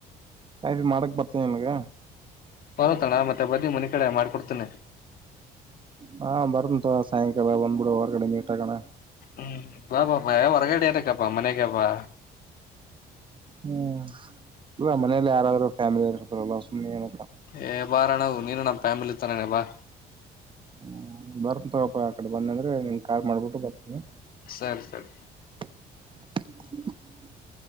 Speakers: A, on the right (about 30°); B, on the left (about 60°).
A: ಕಾಯತ್ರಿ ಮಾಡಕ್ ಬರ್ತೇನಿ ನಿನ್ಗ
B: ಬರುತಣ ಮತ್ತೆ ಬದಿ ಮನೆ ಕಡೆ ಮಾಡ್ಕೊಡ್ತೇನೆ
A: ಹಾ ಬರಂತ ಸಾಯಂಕಾಲ ಬಂದ್ಬಿಡು ಹೊರಗಡೆ ಮೀಟ್ ಆಕೋಣ
B: ಹ್ಮ್ ಬಾ ಪಾಪಾ ಯ ಹೊರಗಡ ಅತಕ್ಕಪ್ಪಾ ಮನೆೇಕಪಾ
A: ಹ್ಮ್ ಇಲ್ಲ ಮನೇಲಿ ಯಾರಾದ್ರು ಫ್ಯಾಮಿಲಿ ಇರ್ತಾರಲ್ಲ ಸುಮ್ಮ್ನೆ ಏನ
B: ಏ ಬಾರ ನವು ನೀನು ನಮ್ಮ್ ಫ್ಯಾಮಿಲಿ ತರನ ಬಾ
A: ಹ್ಮ ಬರ ತಗಪ್ಪ ಆ ಕಡೆ ಬನ್ನ ಅಂದ್ರೆ ನಿನ್ ಕಾಲ್ ಮಾಡ್ಬಿಟ್ಟು ಬರ್ತೀನಿ
B: ಸರಿ ಸರಿ
A: <inaudible>